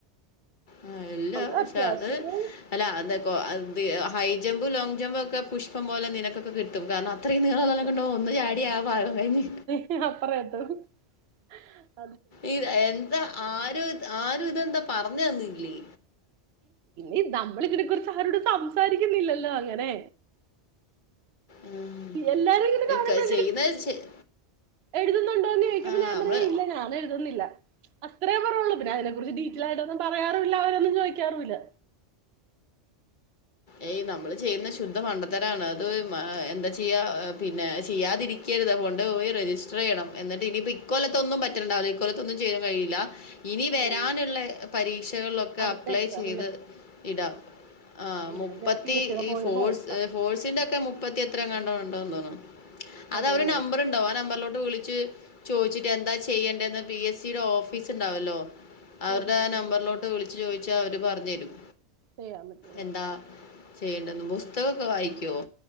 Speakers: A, on the left; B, on the right.
A: ആഹ് ഇല്ല
B: അത്
A: പക്ഷെ
B: അത്യാവശ്യത്തിന്
A: അത് അല്ല അത് ഹൈ ജമ്പ് ലോങ്ങ് ജമ്പും ഒക്കെ പുഷ്പം പോലെ നിനക്കൊക്കെ കിട്ടും ട്ടും കാരണം അത്രയും നീള
B: കിട്ടും
A: വല്ലൊക്കെണ്ടോ ഒന്ന് ചാടിയ ആഹ് പാ കഴിഞ്ഞ്
B: അത്രേന്നെ
A: ഈ എന്താ ആഹ് ആരും ഇതെന്താ പറഞ്ഞന്നില്ലേ
B: ഇ നമ്മള ഇതിനെക്കുറിച്ച് ആരോട് സംസാരിക്കുന്നില്ലല്ലോ അങ്ങനെ
A: ഉം.
B: എല്ലാരും ഇങ്ങനെ കാണുമ്പോ
A: ഇത് ക- ചെയ്യുന്നത് ശ-
B: എഴുതുന്നുണ്ടോ എന്ന് ചോദിക്കുമ്പോ
A: ആ
B: ഞാൻ
A: നമ്മൾ
B: പറയാ ഇല്ല ഞാൻ എഴുതുന്നില്ല അത്രേ പറയൽ ഇല്ലു പിന്നെ അതിനെ കുറിച്ച് ഡീറ്റെയിൽ ആയിട്ടൊന്നും പറയാറില്ല അവരൊന്നും ചോദിക്കാറുമില്ല
A: ഏയ് നമ്മൾ ചെയ്യുന്ന ശുദ്ധ മണ്ടത്തരാണ് അത് എന്താ ചെയ്യാ പിന്നെ ചെയ്യാതിരിക്ക രുത് കൊണ്ട് പോയി രജിസ്റ്റർ ചെയ്യണം എന്നിട്ട് ഇനിപ്പോ ഇക്കൊലത്തൊന്നുണ്ടാവില്ല ഇക്കലത്തൊന്നും ചെയ്യാൻ കഴിയില്ല ഇനി
B: ഉം
A: വരാനുള്ള പരീക്ഷകളിലൊക്കെ
B: അടുത്ത
A: അപ്ലൈ
B: എക്സാം
A: ചെയ്ത്
B: അല്ലേ
A: ഇടാം
B: എന്തായാലും
A: മുപ്പത്തി
B: ഞാൻ പി എസ് സിയുടെ
A: ഈ
B: പോയി
A: ഫോഴ്സ്
B: നോക്കാം
A: ഫോഴ്സിന്റെ ഒക്കെ ഇപ്പത്തി എത്രങ്ങണ്ടോ ഉണ്ടോന്ന് തോന്നും അത്
B: അതെല്ലേ
A: അവരു നമ്പറുണ്ടാവും ആഹ് നമ്പറിലോട്ട് വിളിച്ച് ചോദിച്ചിട്ട് എന്താ ചെയ്യണ്ടന്ന് പി എസ് സിയുടെ ഓഫീസ് ഉണ്ടാവല്ലോ അവരുടെ
B: ഉം ഉം
A: ആഹ്
B: ഉം
A: നമ്പറിലോട്ട്
B: ഉം
A: വിളിച്ചു ചോദിച്ചാ അവര് പറഞ്ഞു തരും
B: ചെയ്യാൻ പറ്റും അല്ലേ
A: എന്താ ചെയ്യണ്ടുന്നു പുസ്തകമൊക്കെ വായിക്കുവോ